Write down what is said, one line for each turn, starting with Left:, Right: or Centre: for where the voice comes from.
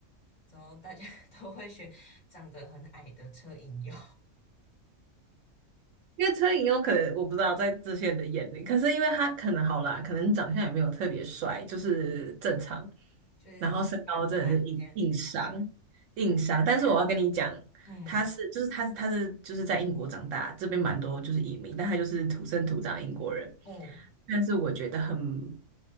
Left: 然后大家 <laughs> 都会选长得很矮的车银优，
Right: 因为车银优可能我不知道在这些人的眼里，可是因为他可能好啦，可能长相也没有特别帅，就是正常，
Left: 就是一般般这样。
Right: 然后身高真的是硬硬伤硬伤。但是我要跟你讲，
Left: 嗯
Right: 他是就是他是他是就是在英国长大，这边蛮多就是移民，但他就是土生土长英国人。
Left: 嗯
Right: 但是我觉得很